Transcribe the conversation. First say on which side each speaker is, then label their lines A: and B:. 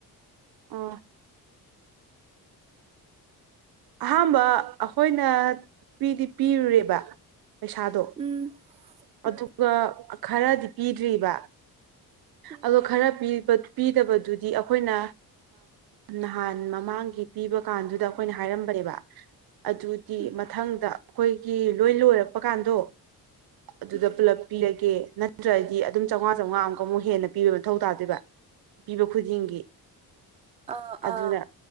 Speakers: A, on the right; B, on the right.
A: ꯑꯥ ꯑꯍꯥꯝꯕ ꯑꯩꯈꯣꯏꯅ ꯄꯤꯗꯤ ꯄꯤꯔꯨꯔꯦꯕ ꯄꯩꯁꯥꯗꯣ
B: ꯎꯝ ꯎꯝ
A: ꯑꯗꯨꯒ ꯈꯔꯗꯤ ꯄꯤꯗ꯭ꯔꯤꯕ
B: ꯎꯝ
A: ꯑꯣ ꯈꯔ ꯄꯤꯗꯕꯗꯨꯗꯤ ꯑꯩꯈꯣꯏꯅ ꯅꯍꯥꯟ ꯃꯃꯥꯡꯒꯤ ꯄꯤꯕ ꯀꯥꯟꯗꯨꯗ ꯑꯩꯈꯣꯏꯅ ꯍꯥꯏ ꯍꯥꯏꯔꯝꯕꯅꯦꯕ ꯑꯗꯨꯗꯤ
B: ꯎꯝ
A: ꯃꯊꯪꯗ ꯑꯩꯈꯣꯏꯒꯤ ꯂꯣꯏ ꯂꯣꯏꯔꯛꯄ ꯀꯥꯟꯗꯣ ꯑꯗꯨꯗ
B: ꯎꯝ
A: ꯄꯨꯂꯞ ꯄꯤꯔꯒꯦ ꯅꯠꯇ꯭ꯔꯗꯤ ꯑꯗꯨꯝ ꯆꯥꯝꯃꯉꯥ ꯆꯥꯃꯉꯥ ꯑꯃꯨꯛ ꯑꯃꯨꯛ ꯍꯦꯟꯅ ꯄꯤꯕ ꯃꯊꯧ ꯇꯥꯗꯣꯏꯕ ꯄꯤꯕ ꯈꯨꯗꯤꯡꯒꯤ
B: ꯑꯥ ꯑꯥ
A: ꯑꯗꯨꯅ